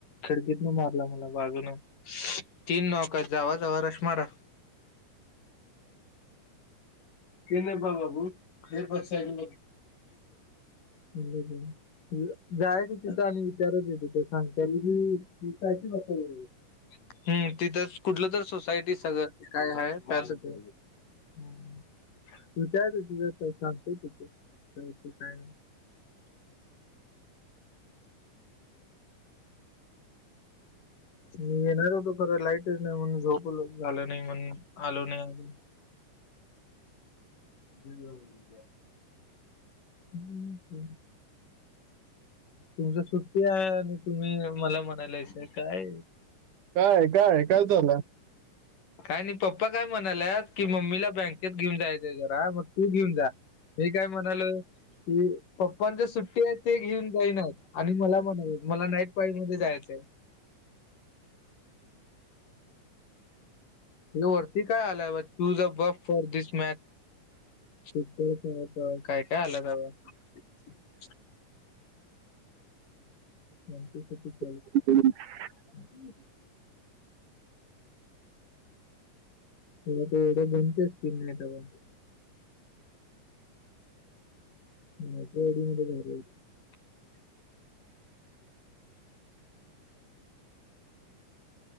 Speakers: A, on the left; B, on the right.
A: खडकीतनं मारला मला बाजुनं. तीन नौका जावा जावा रश मारं. पेन आहे का बाबू पेपर साईन <unintelligible> जायच तिथं. आणि विचारत आहे तिथ सांगता की, <unintelligible> हम्म तिथं कुठलं तर सोसायटी सगळं काय आहे त्याचं हम्म. तूच त्या दिवशी सांगतय तिथ काय नाही. <unintelligible> <unintelligible> म येणार होतो. खरं लाईटच नाही म्हणून झोपलो. झालं नाही म्हणून आलो नाही आजून. अ हम्. तु सुट्टी हाय आणि तुम्ही मला म्हणायलायश काय?
B: काय-काय-काय चालू हाय?
A: काय नाही पप्पा काय म्हणाल्यात. कि मम्मीला बँकेत घेऊन जायचे जरा मग तू घेऊन जा. हे काय म्हणालोय. की पप्पांच्या सुट्टी आहे ते घेऊन जाईनात आणि मला म्हणालेत. मला नाईट पार्क मध्ये जायचंय. हे वरती काय आलाय बा. Choose a buff, for this match श काय काय आला त <unintelligible> <unintelligible>
B: ह <unintelligible>
A: ह् <unintelligible> ह एढ बणतेच कि नाही <unintelligible> माझ्या गाडीमध्ये <unintelligible>